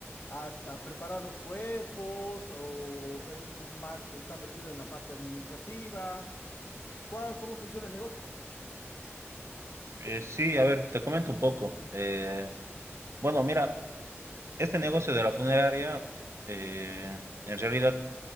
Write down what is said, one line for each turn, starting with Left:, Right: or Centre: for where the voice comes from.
Left: a, a preparar los cuerpos o él más está metido en la parte administrativa. ¿Cuá- ¿Cómo funciona el negocio?
Right: Eh, sí, a ver, te comento un poco. Eh, bueno, mira, este negocio de la funeraria, eh, en realidad